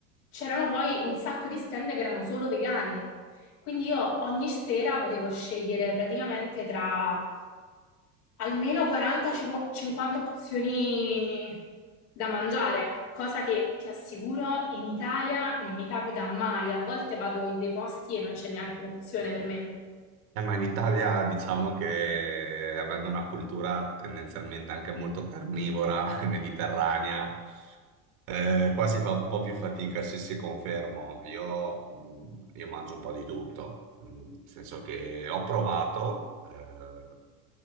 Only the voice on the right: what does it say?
Eh, ma in Italia diciamo che avendo una cultura tendenzialmente anche molto carnivora, mediterranea, eh, qua si fa un po' più fatica, sì, sì, confermo. Io, mh, io mangio un po' di tutto, mh, nel senso che ho provato, eh,